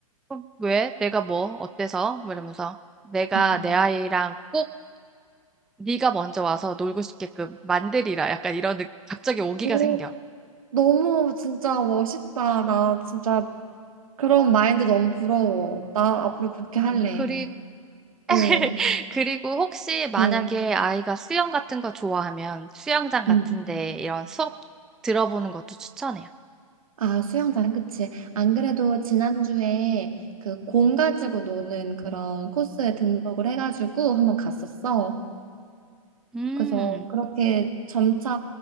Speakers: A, in the centre; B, on the right (about 70°).
A: 어, 왜? 내가 뭐? 어때서? 뭐 이러면서 내가
B: 음.
A: 내 아이랑 꼭 네가 먼저 와서 놀고 싶게끔 만들이라. 약간 이런 느- 갑자기 오기가
B: 오,
A: 생겨.
B: 너무 진짜 멋있다. 나 진짜 그런 마인드 너무 부러워. 나 앞으로 그렇게 할래.
A: 음, 그리
B: 어,
A: <laughs> 그리고 혹시 만약에
B: 어,
A: 아이가 수영 같은 거 좋아하면 수영장 같은데
B: 음.
A: 이런 수업 들어보는 것도 추천해요.
B: 아, 수영장, 그치. 안 그래도 지난주에 그 공 가지고 노는 그런 코스에 등록을 해가지고 한번 갔었어.
A: 음,
B: 그래서 그렇게 점차